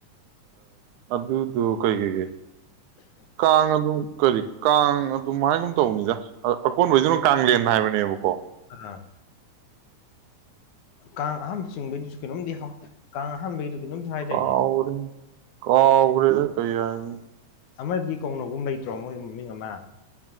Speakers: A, on the right; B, on the left.
A: ꯑꯗꯨꯗꯣ ꯀꯩ ꯀꯩꯩ ꯀꯥꯡ ꯑꯗꯨ ꯀꯔꯤ ꯀꯥꯡ ꯑꯗꯨꯥꯏꯅꯒꯨꯝ ꯇꯧꯕꯅꯤꯗ ꯑ ꯑꯀꯣꯟꯕꯩꯗꯨꯅ ꯀꯥꯡꯂꯦꯟ ꯍꯥꯏꯕꯅꯦꯕꯀꯣ
B: ꯑ ꯀꯥꯡ ꯑꯍꯥꯟꯕ ꯆꯤꯡꯕꯩꯗꯨꯁꯨ ꯀꯩꯅꯣꯝꯗꯤ ꯍꯥꯞ ꯀꯥꯡ ꯑꯍꯥꯟꯕꯩꯗꯨ ꯀꯩꯅꯣꯝꯁꯨ ꯍꯥꯏꯗꯥꯏꯅꯦ
A: ꯀꯥꯎꯒ꯭ꫪ‌ꯦꯅ‌ꯦ ꯀꯥꯎꯒꯔ‌ꯦꯗ ꯀꯩ ꯍꯥꯏꯕꯅꯣ
B: ꯑꯃꯗꯤ ꯀꯧꯅꯒꯨꯝ ꯂꯩꯇ꯭ꯔꯣ ꯃꯣꯏ ꯃꯃꯤꯡ ꯑꯃ